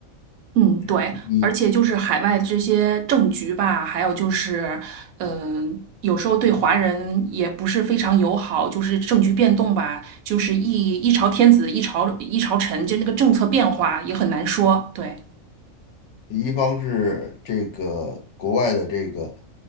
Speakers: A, on the right (about 85°); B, on the left (about 65°).
A: 嗯，对，
B: 你
A: 而且就是海外这些政局吧，还有就是，嗯、有时候对华人也不是非常友好，就是政局变动吧，就是一一朝天子一朝一朝臣，就那个政策变化也很难说。对，
B: 一方是这个国外的这个